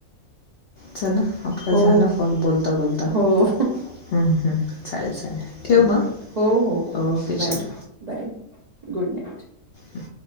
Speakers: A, on the left; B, on the right.
A: चला आपलं
B: हो
A: झालं कॉल बोलता बोलता
B: हो.
A: चालेल चालेल ठेव मग
B: हो हो हो
A: ओके चलो
B: बाय बाय गुड नाईट.
A: हम्.